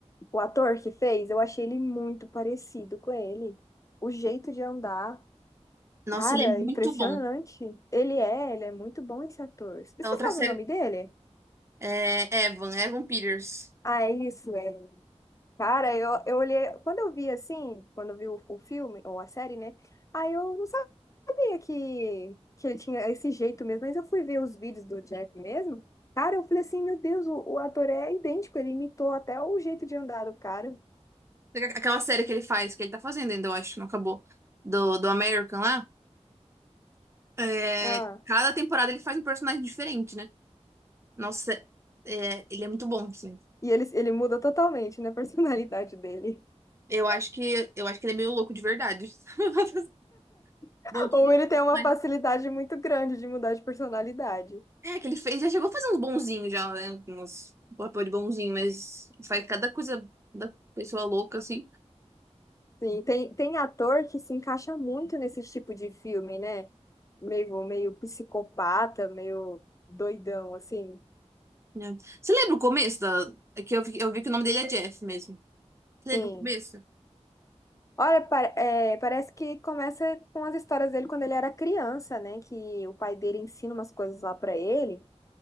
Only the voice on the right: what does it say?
Nossa,
ele é muito
bom.
A outra
série
é Evan, Evan Peters.
Aquela série que ele faz, que ele tá fazendo ainda, eu acho, não acabou. Do, do American lá. É,
cada temporada ele faz um personagem diferente, né? Nossa, é, ele é muito bom, assim.
Eu acho que, eu acho que ele é meio louco de verdade. <laughs>
Bom de-
mas-
É, que ele fez, já chegou a fazer uns bonzinhos já, né? Uns um papel de bonzinho, mas faz cada coisa da pessoa louca, assim.
É. Você lembra o começo da... é que eu vi, eu vi que o nome dele é Jeff mesmo. Você lembra
o começo?